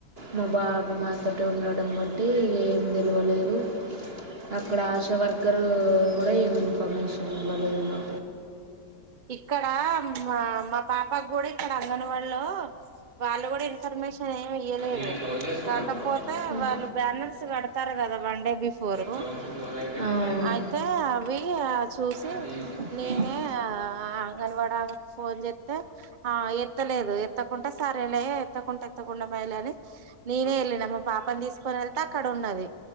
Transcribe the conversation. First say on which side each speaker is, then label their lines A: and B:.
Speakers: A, on the right; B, on the right.
A: మా బాబు మాతోట ఉండడం బట్టి ఏం తెలివలేదు అక్కడ ఆశా వర్కర్ అ ఉడయం ఇన్ఫర్మేషన్ వెళ ఉ
B: ఇక్కడ మా మా పాపా కూడా ఇక్కడ అంగన్వాడలో వాళ్ళు కూడా ఇన్ఫర్మేషన్ ఏమి ఇయలేదు
A: ఈడ క్లోజ్ చేసుకున్నా
B: కాకపోతే
A: ఇప్పుడు ఉమ్.
B: వాళ్ళు బ్యానర్స్ కడతారు కదా one day before
A: close close ఆ. అయిపోయింది
B: అయితే అవి చూసి
A: అంటే
B: నేనే
A: బి
B: ఆ అంగన్వాడ ఆమెకి ఫోన్ చేస్తే ఆ ఎత్తలేదు ఎత్తకుంటే సరే వెళ ఎత్తకుంటే ఎత్తకుండా మాయిలే అని నేనే వెళ్ళిన మా పాపని తీసుకొని వెళ్తే అక్కడ ఉన్నది